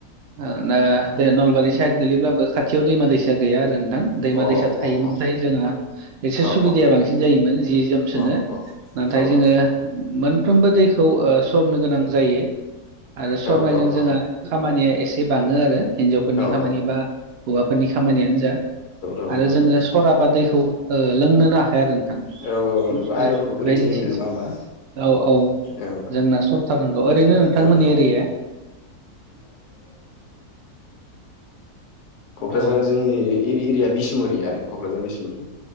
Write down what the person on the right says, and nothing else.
ओ दे नलबारि साइद गोलैब्लाबो खाथियाव दैमा दैसा दा गैया आरो नोंथां दैमा
दैसा थायोमोनथाय
जोंहा एसे
सुबिदाया बांसिन जायोमोन जि जोमसोनो
नाथाय
जोङो मोनफ्रोमबो दैखौ सरनो गोनां जायो आरो सरनायजों
जोंहा
खामानिया एसे बाङो आरो हिनजावफोरनि
खामानि बा हौवाफोरनि खामानियानो जा
आरो जोङो सराबा दैखौ लोंनो नो हाखाया आरो
<unintelligible>
औ औ
जोंना सर <unintelligible> ओरैनो नोंथांमोननि
एरिया
औ